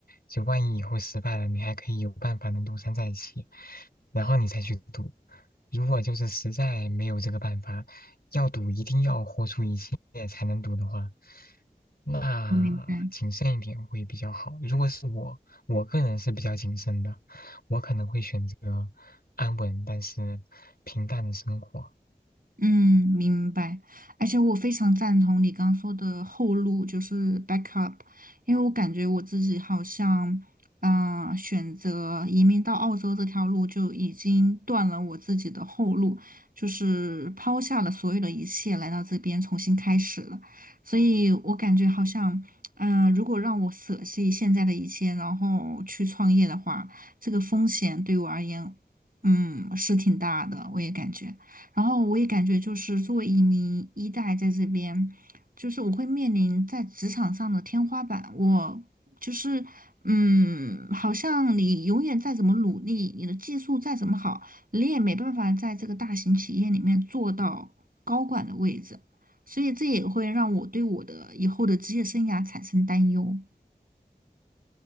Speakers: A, on the left (about 65°); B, on the right (about 55°).
A: 就万一以后失败了，你还可以有办法能东山再起，然后你再去赌。如果就是实在没有这个办法，要赌一定要豁出一切才能赌的话。那谨慎一点会比较好。
B: 我明白。
A: 如果是我，我个人是比较谨慎的，我可能会选择安稳但是平淡的生活。
B: 嗯，明白。而且我非常赞同你刚说的后路，就是 backup，因为我感觉我自己好像，嗯、选择移民到澳洲这条路就已经断了我自己的后路，就是抛下了所有的一切来到这边重新开始了。所以我感觉好像，嗯、如果让我舍弃现在的一切，然后去创业的话，这个风险对我而言，嗯，是挺大的，我也感觉。然后我也感觉就是作为一名一代在这边，就是我会面临在职场上的天花板。我就是嗯，好像你永远再怎么努力，你的技术再怎么好，你也没办法在这个大型企业里面做到高管的位置。所以这也会让我对我的以后的职业生涯产生担忧。